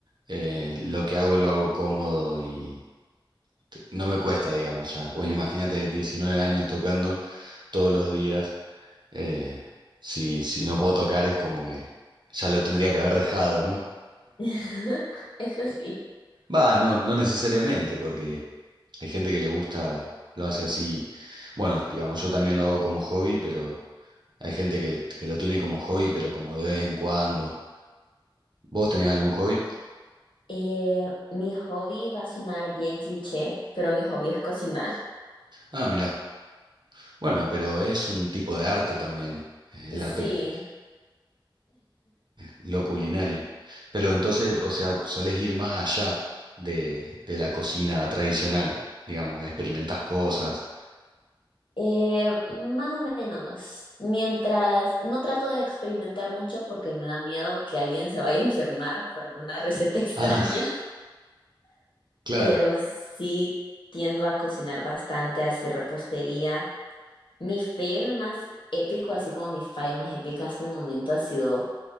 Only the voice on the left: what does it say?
<laughs> Eso sí.
Eh, mi hobby va a sonar bien cliché, pero mi hobby es cocinar.
Sí.
Eh, más o menos, mientras no trato de experimentar mucho porque me da miedo que alguien se vaya a enfermar por alguna receta <laughs> extraña,
pero
sí tiendo a cocinar bastante, a hacer repostería. Mi fail más épico, así como mi falla más épica hasta el momento ha sido